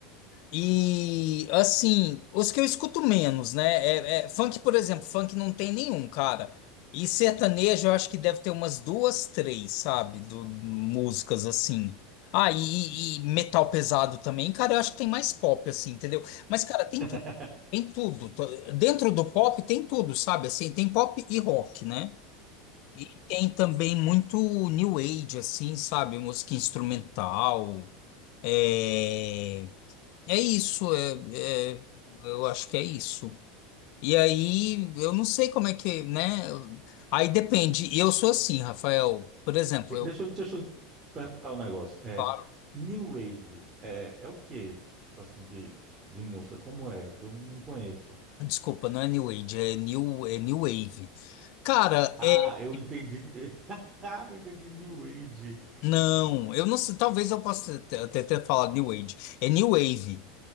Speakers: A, on the left; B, on the right.
A: E assim, os que eu escuto menos, né? É, é- funk, por exemplo, funk não tem nenhum, cara. E sertanejo eu acho que deve ter umas duas, três, sabe? Do, músicas assim. Ah, e, e- e metal pesado também, cara, eu acho que tem mais pop, assim, entendeu? Mas, cara, tem
B: <laughs>
A: tudo, tem tudo. To- Dentro do pop tem tudo, sabe? Assim, tem pop e rock, né? E tem também muito new age, assim, sabe? Música instrumental. É... É isso, é, é- eu acho que é isso. E aí, eu não sei como é que, né? Aí depende. E eu sou assim, Rafael. Por exemplo, eu.
B: Deixa, eu- deixa eu te perguntar um negócio. É,
A: claro,
B: New Age é, é o quê? Tipo assim, de, de música, como é? Que eu não conheço.
A: Desculpa, não é New Age, é New, é New Wave. Cara,
B: Ah,
A: é.
B: eu entendi. <laughs> Ah, eu entendi New Age.
A: Não, eu não sei. Talvez eu possa até até ter falado New Age. É New Wave.